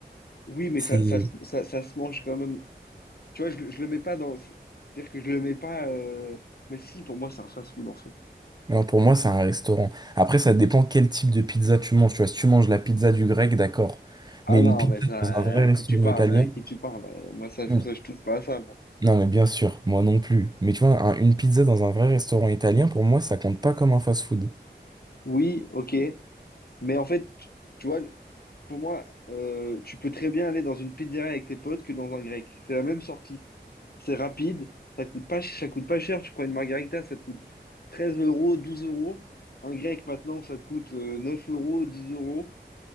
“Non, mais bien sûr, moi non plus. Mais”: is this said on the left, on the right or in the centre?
Right